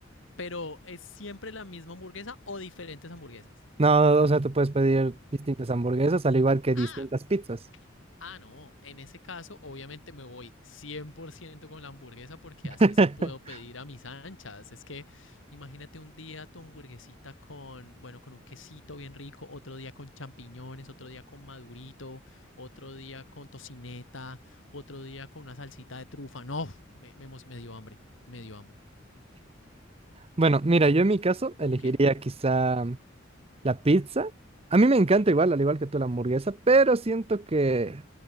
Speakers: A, on the left; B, on the right.
A: pero es siempre la misma hamburguesa o diferentes hamburguesas.
B: No, o sea, tú puedes pedir distintas hamburguesas al igual que distintas
A: Ah,
B: pizzas.
A: Ah, no, en ese caso obviamente me voy 100% con la hamburguesa porque
B: <laughs>
A: así sí puedo pedir a mis anchas. Es que imagínate un día tu hamburguesita con, bueno, con un quesito bien rico, otro día con champiñones, otro día con madurito, otro día con tocineta, otro día con una salsita de trufa. No, me, me, emo- me dio hambre, me dio hambre.
B: Bueno, mira, yo en mi caso elegiría
A: ¿Tú qué?
B: quizá la pizza. A mí me encanta
A: Ajá.
B: igual, al igual que tú la hamburguesa, pero siento que